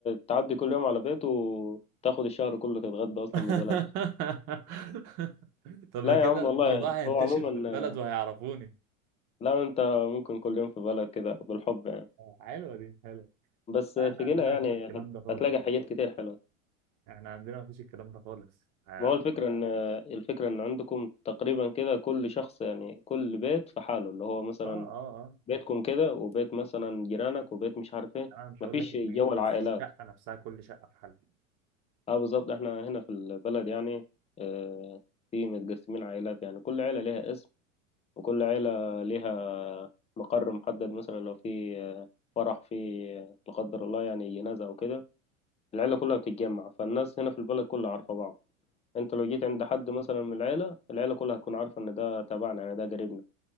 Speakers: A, on the left; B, on the right.
A: تعدي كل يوم على بيته وتاخد الشهر كله تتغدى اصلا
B: <laughs>
A: ببلاش
B: طب
A: لا
B: ما كده
A: يا عم
B: الموضوع
A: والله
B: هينتشر
A: هو عموما
B: في البلد وهيعرفوني
A: لا انت ممكن كل يوم في بلد كده بالحب يعني.
B: آه، حلوة دي حلوة
A: بس
B: احنا
A: في
B: عندنا
A: جنة يعني
B: مفيش الكلام
A: هت-
B: ده خالص
A: هتلاقي حاجات كتير حلوة
B: احنا عندنا مفيش الكلام ده خالص آه،
A: ما
B: يا رب
A: هو الفكرة إن الفكرة إن عندكم تقريبا كده كل شخص يعني كل بيت في حاله اللي هو مثلا
B: اه اه اه
A: بيتكم كده وبيت مثلا جيرانك وبيت مش عارف إيه
B: انا مش
A: مفيش
B: هقول لك البيت
A: جو العائلات
B: بس الشقة نفسها كل شقة في حالها
A: أه بالظبط إحنا هنا في البلد يعني آه، في متقسمين عائلات يعني كل عيلة ليها اسم وكل عيلة ليها مقر محدد مثلا لو في آه، فرح في آه، لا قدر الله يعني جنازة أو كده العيلة كلها بتتجمع فالناس هنا في البلد كلها عارفة بعض انت لو جيت عند حد مثلا من العيله العيله كلها هتكون عارفه ان ده تبعنا يعني ده قريبنا